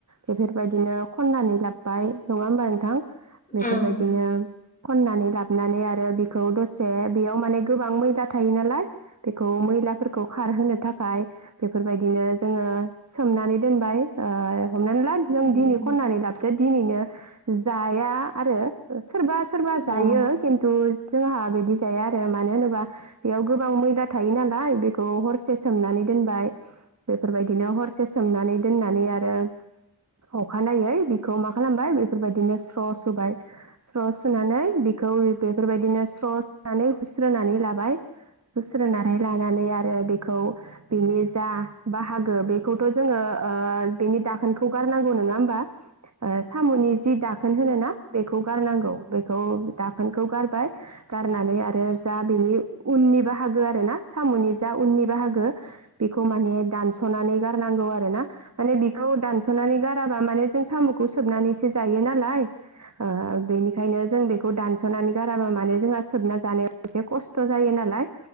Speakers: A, on the right (about 40°); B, on the left (about 20°).
A: बेफोरबायदिनो खननानै लाबोबाय नङा होमबा नोंथां बेफोरबायदिनो
B: ओम
A: खननानै लाबोनानै आरो बिखौ दसे बेयाव माने गोबां मैला थायो नालाय बेखौ मैला खारहोनो थाखाय बेफोरबायदिनो जोङो सोमनानै दोनबाय हमनानै ला जों
B: ओम
A: दिनै खननानै लाबोदो दिनैनो जाया आरो सोरबा सोरबा
B: बेलेग
A: जायो खिन्थु जोंहा बिदि जाया आरो आरो मानो होनोबा बेयाव गोबां मैला थायो नालाय बेखौ हरसे सोमनानै दोनबाय बेफोरबायदिनो हरसे सोमनानै दोननानै आरो अखानायै मा खालामबाय बेफोरबायदिनो स्र सुबाय स खौ बेफोरबायदिनो स्र'नानै हुस्रोनानै लाबाय हुस्रोनानै लानानै आरो आरो बेखौ बिनि जा बाहागो बेखौथ' जोङो बेनि दाखोनखौ गारनांगौ नङा होम्बा साम'नि जि दाखोन होनोना बेखौ गारनांगौ बेखौ दाखोनखौ गारबाय गारनानै आरो आरो जा बिनि उननि बाहागो आर ना साम'नि जा उननि बाहागो बेखौ माने दानस'नानै गारनांगौ आरो ना माने बिखौ दानस'नानै गाराबा माने जो साम'खौ संनाखौ सनानै जायो नालाय ओ ओंखायनो जों बेखौ दानस'नानै गाराबा मानोे जोंहा सोबना जानायाव एसे खस्थ' जायो नालाय